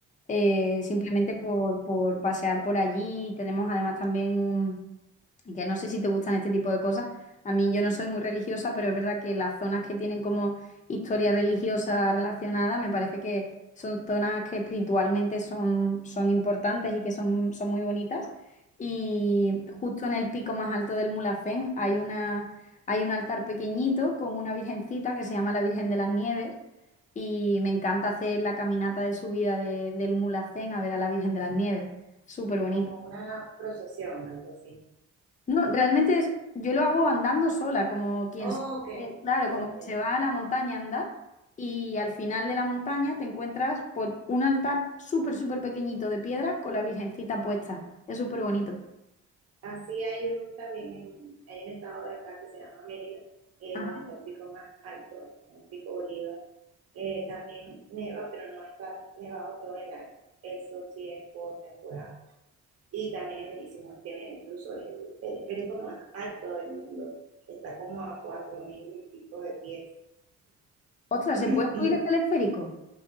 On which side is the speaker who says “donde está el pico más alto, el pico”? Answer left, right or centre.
Right